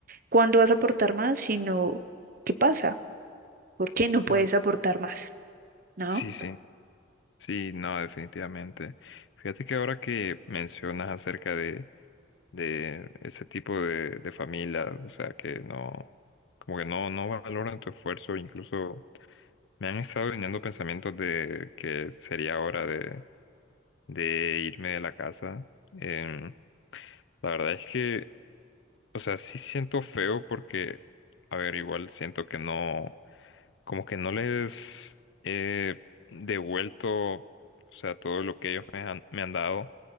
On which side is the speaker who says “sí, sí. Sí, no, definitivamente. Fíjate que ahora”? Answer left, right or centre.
Left